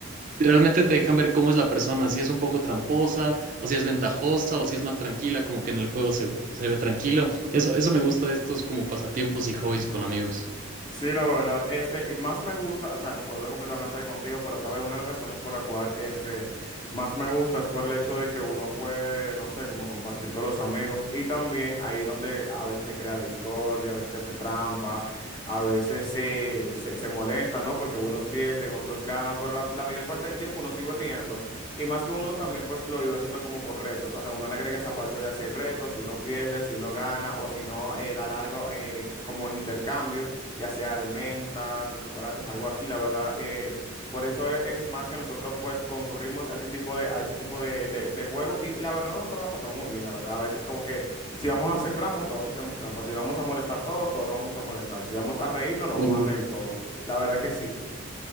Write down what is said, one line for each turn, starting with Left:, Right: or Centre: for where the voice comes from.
Right: realmente te dejan ver cómo es la persona, si es un poco tramposa, o si es ventajosa, o si es más tranquila, como que en el juego se, se ve tranquilo. Eso, eso me gusta de estos como pasatiempos y hobbies con amigos.
Left: Sí, la verdad, este, y más me gusta, o sea, concuerdo completamente contigo, pero sabes, una de las razones por la cual, este, más me gusta es por el hecho de que uno puede, no sé, como compartir con los amigos y también ahí donde a veces se crea discordia, a veces se hace trampa, a veces se, se, se molesta, ¿no? Porque unos pierden, otros ganan, pero la, la mayor parte del tiempo uno sigue riendo y más que uno también, pues, lo iba haciendo como con retos, o sea, uno le agrega esa parte de hacer retos, si uno pierde, si uno gana o si no, eh, dar algo eh, como intercambio ya sea de mentas o chocolates, algo así, la verdad. eh, por eso e- es, más que nosotros pues concurrimos a ese tipo de, a ese tipo de, de- de juegos y, y la verdad nosotros la pasamos muy bien, la verdad. A veces como que si vamos a hacer trampas, todos hacemos trampas. Si nos vamos a molestar todos, todos nos vamos a molestar. Si vamos a reírnos, nos
Right: Buenísimo.
Left: vamos a reír todos. La verdad que sí.